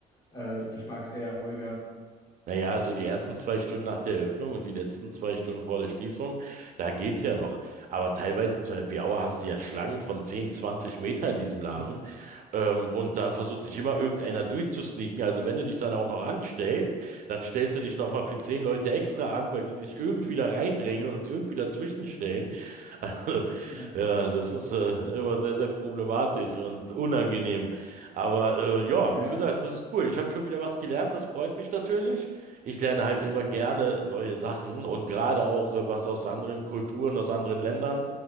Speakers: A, on the left; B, on the right.
A: äh, ich mag es eher ruhiger.
B: Naja, also die ersten zwei Stunden nach der Eröffnung und die letzten zwei Stunden vor der Schließung, da geht's ja noch. Aber teilweise zur Happy Hour hast du ja Schlangen von 10, 20 Meter in diesem
A: <laughs>
B: Laden. Ähm, und da versucht sich immer irgendeiner durchzusneaken. Also wenn du dich dann auch noch anstellst, dann stellst du dich nochmal für zehn Leute extra an, weil die sich irgendwie da reindrängen und irgendwie dazwischenstellen. <laughs> Also,
A: Ja.
B: ja, das ist äh, immer sehr, sehr problematisch und unangenehm. Aber äh, ja,
A: Ja,
B: wie gesagt,
A: genau.
B: das ist cool. Ich habe schon wieder was gelernt, das freut mich natürlich. Ich lerne halt immer gerne neue Sachen und gerade auch äh, was aus anderen Kulturen, aus anderen Ländern.